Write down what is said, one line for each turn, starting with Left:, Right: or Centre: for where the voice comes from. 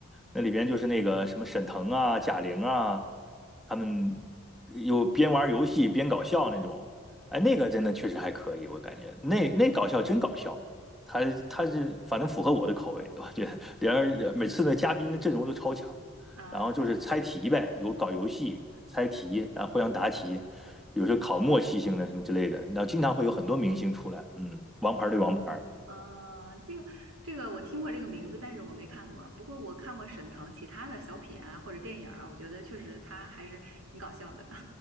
Centre: 那里边就是那个什么沈腾啊、贾玲啊，他们有边玩游戏边搞笑那种。哎，那个真的确实还可以，我感觉那那搞笑真搞笑，他他是反正符合我的口味，我觉得连而每次的嘉宾的阵容都超强，
Right: 啊。
Centre: 然后就是猜题呗，有搞游戏猜题，然后互相答题，有时候考默契性的什么之类的，然后经常会有很多明星出来，嗯，王牌对王牌，
Right: 嗯，这个这个我听过这个名字，但是我没看过。不过我看过沈腾其他的小品啊，或者电影啊，我觉得确实他还是挺搞笑的。<laughs>